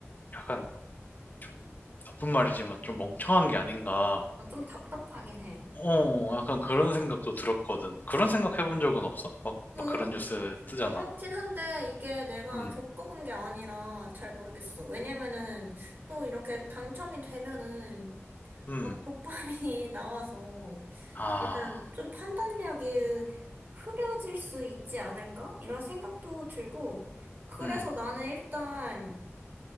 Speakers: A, on the left (about 40°); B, on the right (about 45°).
A: 약간 좀 나쁜 말이지만 좀 멍청한 게 아닌가.
B: 아, 좀 답답하긴 해.
A: 어, 약간 그런 생각도 들었거든. 그런 생각 해본 적은 없어? 막,
B: 그렇구나
A: 막 그런 뉴스 뜨잖아.
B: 그렇긴 한데 이게 내가
A: 음,
B: 겪어본 게 아니라 잘 모르겠어. 왜냐면은 또 이렇게 당첨이 되면은
A: 음,
B: 막 도파민이 <laughs> 나와서
A: 아,
B: 일단 좀 판단력이 흐려질 수 있지 않을까? 이런 생각도 들고 그래서
A: 음,
B: 나는 일단